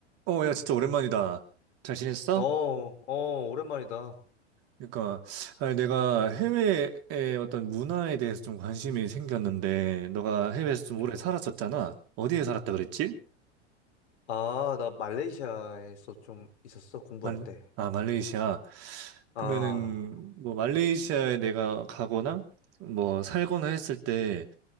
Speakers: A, on the right (about 40°); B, on the left (about 65°).
A: 어, 야, 진짜 오랜만이다. 잘 지냈어?
B: 어, 어, 오랜만이다.
A: 그러니까, 아니, 내가 해외의 어떤 문화에 대해서 좀 관심이 생겼는데, 너가 해외에서 좀
B: 음.
A: 오래 살았었잖아. 어디에 살았다 그랬지?
B: 아, 나 말레이시아에서 좀 있었어, 공부할
A: 말,
B: 때.
A: 아, 말레이시아.
B: 아,
A: 그러면은, 뭐, 말레이시아에 내가 가거나, 뭐, 살거나 했을 때,